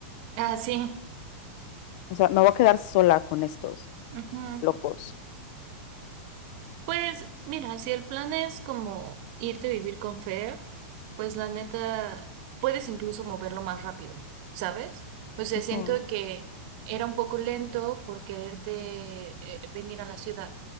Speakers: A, on the right; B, on the left.
A: Ah, sí.
B: O sea, me voy a quedar sola con estos
A: Ujú.
B: locos.
A: Pues mira, si el plan es como irte a vivir con Fer, pues la neta, puedes incluso moverlo más rápido, ¿sabes? O sea,
B: Ujú,
A: siento que era un poco lento por quererte eh, venir a la ciudad,